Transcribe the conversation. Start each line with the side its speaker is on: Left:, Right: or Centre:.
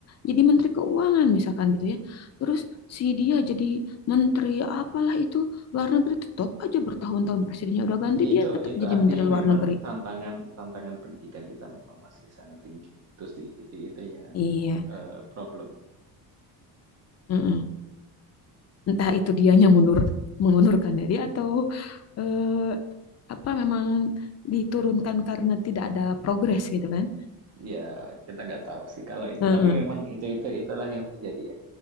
Left: jadi Menteri Keuangan misalkan gitu ya. Terus si dia jadi Menteri apalah itu luar negeri tetap aja bertahun-tahun presidennya udah ganti dia
Right: itu
Left: tetap
Right: itu
Left: jadi
Right: artinya
Left: Menteri Luar
Right: memang
Left: Negeri.
Right: tantangan tantangan pendidikan kita memang masih sangat tinggi. Itu sih, itu itu yang,
Left: Iya,
Right: eee, problem.
Left: mm-mm. Entah itu dianya mundur mengundurkan diri atau eh, apa memang diturunkan karena tidak ada progres gitu kan?
Right: ya kita nggak tahu sih kalau itu
Left: Heeh.
Right: tapi memang itu itu itulah yang terjadi ya